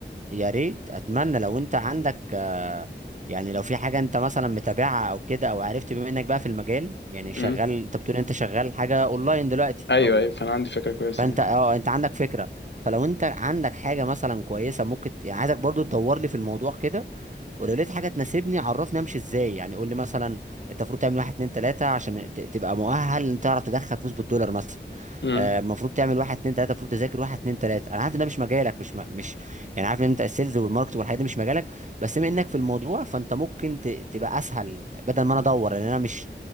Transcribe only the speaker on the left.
امم
ايوه
ايوه فانا عندي فكره كويسه
يعني
امم